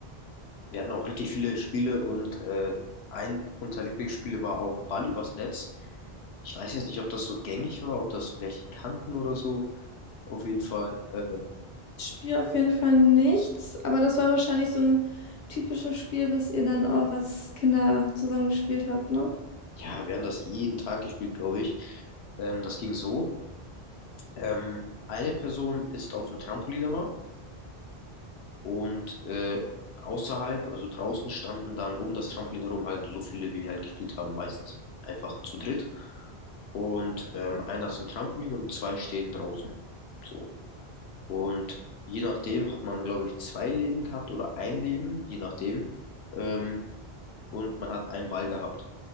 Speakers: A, on the left; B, on the left.
A: Wir hatten auch richtig viele Spiele und äh, ein unserer Lieblingsspiele war auch Ball übers Netz. Ich weiß jetzt nicht, ob das so gängig war, ob das welche kannten oder so. Auf jeden Fall. äh,
B: Spiel auf jeden Fall nichts, aber das war wahrscheinlich so ein typisches Spiel, was ihr dann auch als Kinder zusammen gespielt habt, ne?
A: Ja, wir haben das jeden Tag gespielt, glaube ich. Ähm, das ging so. Ähm, eine Person ist auf dem Trampolin immer und äh, außerhalb, also draußen, standen dann um das Trampolin herum halt so viele, wie wir halt gespielt haben, meistens einfach zu dritt. Und ähm, einer ist im Trampolin und zwei stehen draußen. So. Und je nachdem hat man, glaube ich, zwei Leben gehabt oder ein Leben, je nachdem. Ähm, und man hat einen Ball gehabt.